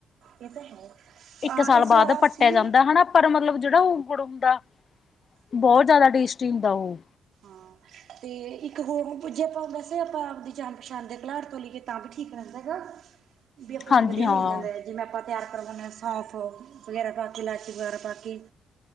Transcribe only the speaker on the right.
ਏ ਤਾਂ ਹੈ। ਅ
ਇਸ
ਵਾਰ ਆਸੀ
ਹਾਂ। ਤੇ ਇੱਕ ਹੋਰ ਜੇ ਆਪਾਂ ਵੈਸੇ ਆਪਾਂ ਆਪਦੀ ਜਾਨ ਪਛਾਣ ਦੇ ਘਲਾੜ ਤੋਂ ਲਈਏ ਤਾਂ ਵੀ ਠੀਕ ਰੈਂਦਾ ਹੈਗਾ। ਬੀ ਆਪਾਂ
ਨੂੰ ਵਧੀਆ
ਮਿਲ ਜਾਂਦਾ ਐ। ਜਿਵੇਂ ਆਪਾਂ ਤਿਆਰ ਕਰਵਾਨੇ ਆਂ ਸੌਂਫ ਵਗ਼ੈਰਾ ਪਾ ਕੇ ਲਾਚੀ ਵਗੈਰਾ ਪਾ ਕੇ।